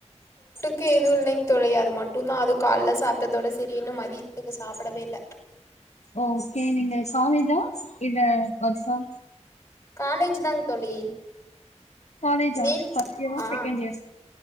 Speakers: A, on the left (about 20°); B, on the left (about 65°).
A: க்க எதுவும் இல்லைங் தோழி அது மட்டுந்தா அது கால்ல சாப் ட்டதோட செரி இன்னும் மதி ய சாப்டவே இல்ல
B: ஓகே நீங்க காலேஜா இல்ல வர்ஸா
A: காலேஜ் தாங்க தோழி
B: காலேஜா
A: நீ
B: ஃபர்ஸ்ட் இயரா
A: ஆ
B: செகன்ட் இயர்